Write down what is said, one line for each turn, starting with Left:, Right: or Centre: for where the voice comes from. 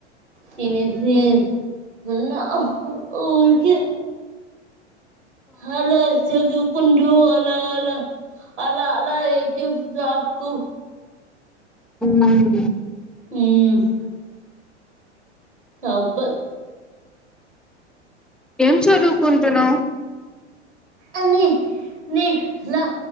Right: తినేసి మొన్న ఊరికే హలో చదుగు కుండ్రు అలా అలా అలా అలా ఎద్ దాస్తు
Centre: హుమ్
Right: హుమ్ చబ్బ
Centre: ఏం చదువుకుంటున్నావ్
Right: అని నీ లా